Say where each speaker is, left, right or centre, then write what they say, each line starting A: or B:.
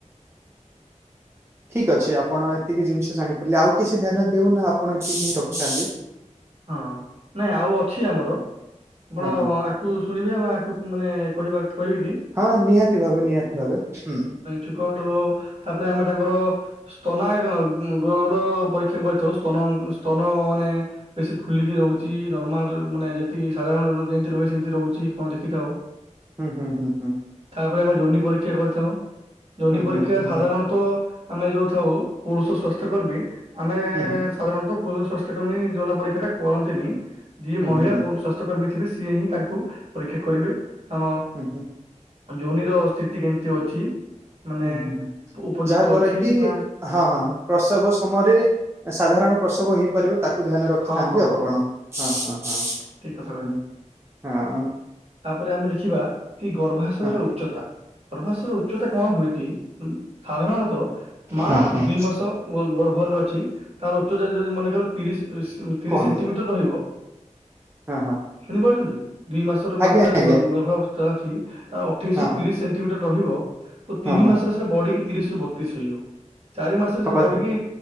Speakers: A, on the right (about 20°); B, on the right (about 50°).
A: ଠିକ୍ ଅଛି ଆପଣ ଏତିକି ଜିନିଷ ଜାଣିପାରିଲେ ଆଉ କିଛି ଧ୍ୟାନ ଦଉ ନା ଆପଣ ଏତିକି ହିଁ ରଖିଥାନ୍ତି।
B: ହଁ ନାଇଁ ଆଉ ଅଛି ଆମର ଆପଣ
A: ହଁ ହଁ।
B: ‌ଆ କୁ ଶୁଣିବେ ଆମେ ଆକୁ ମାନେ କହିବା କହିବେ କି?
A: ହଁ -ନିହାତି ଭାବେ ନିହାତି ଭାବେ ହୁଁ।
B: ଛୁକ <unintelligible> ତାପରେ ଆମେ ତାଙ୍କର ସ୍ତନାୟକ <unintelligible> ପରୀକ୍ଷା କରିଥାଉ ସ୍ତନ ସ୍ତନ ମାନେ ବେଶୀ ଫୁଲିକି ରହୁଚି ନର୍ମାଲରେ ମାନେ ଯେତିକି ସାଧାରଣ ଯେମିତି ରୁହେ ସେମିତି ରହୁଚି କଣ ଦେଖିଥାଅ।
A: ହୁଁ ହୁଁ ହୁଁ ହୁଁ।
B: ତାପରେ ଆମେ ଯୋନି ପରୀକ୍ଷା କରିଥାଉ ଯୋନି
A: ହୁଁ
B: ପରୀକ୍ଷା
A: ହୁଁ ହୁଁ
B: ସାଧାରଣ ଆମେ ଯୋଉ ଥାଉ ପୁରୁଷ ସ୍ଵାସ୍ଥକର୍ମୀ ଆମେ
A: ହୁଁ ହୁଁ।
B: ସାଧାରଣତ ପୁରୁଷ ସ୍ଵାସ୍ଥକର୍ମୀ ଯୌନ ପରୀକ୍ଷା ଟା କରନ୍ତିନି ଯିଏ
A: ହୁଁ
B: ମହିଳା
A: ହୁଁ ହୁଁ ହୁଁ ହୁଁ
B: ଓ ସ୍ଵାସ୍ ସ୍ଥକର୍ମୀ ଥିବେ ସିଏ ହିଁ ତାଙ୍କୁ ପରୀକ୍ଷା କରିବେ କାରଣ
A: ହୁଁ ହୁଁ।
B: ଯୋନି ର ସ୍ଥିତି କେମିତି ଅଛି? ମାନେ
A: ହୁଁ ହୁଁ ହୁଁ
B: ଉପଯୁକ୍ତ
A: ଯାହାଦ୍ୱାରା
B: ଅଛି
A: କି
B: ନା
A: ହଁ ହଁ। ପ୍ରସବ ସମୟରେ ସାଧାରଣ ପ୍ରସବ ହେଇପାରିବ ତାକୁ ଧ୍ୟାନ ରଖିଥାନ୍ତି
B: ହଁ ହଁ
A: ଆଉ
B: ହଁ
A: କଣ ହଁ ହଁ ହଁ
B: ଠିକ କଥା କହିଲେ।
A: ହଁ ହଁ।
B: ତାପରେ ଆମେ ଦେଖିବା କି ଗର୍ଭାଶୟରେ
A: ହଁ
B: ଉଚ୍ଚତା। ଗର୍ଭାଶୟର ଉଚ୍ଚତା କଣ ହୁଏକି ଉଁ ସାଧାରଣତ ମା
A: ହଁ ହଁ
B: ଦୁଇ ମାସ ଗଭ ଗର୍ଭରେ ଅଛି ତାର ଉଚ୍ଚତା ଯଦି ମନେକର ତିରିଶ୍ ତିରିଶ୍
A: କୁହନ୍ତୁ
B: ସେଣ୍ଟିମିଟର ରହିବ
A: ହଁ ହଁ
B: ଶୁଣିପାରୁଚନ୍ତି ଦୁଇ ମାସରେ
A: ଆଜ୍ଞା
B: ମା ତା ଯଦି
A: ଆଜ୍ଞା
B: ଗର୍ ଗର୍ଭାବସ୍ଥା ଅଛି। ତ ଅଠେଇଶ୍
A: ହଁ
B: ରୁ
A: ହଁ
B: ତିରିଶ୍ ସେଣ୍ଟିମିଟର ରହିବ ତ ତିନି
A: ହଁ ହଁ
B: ମାସରେ ସେଟା ବଢିକି ତିରିଶ ରୁ ବତିଶ ହେଇଯିବ। ଚାରି ମାସରେ
A: ହବା
B: ସେଟା ବଡିକି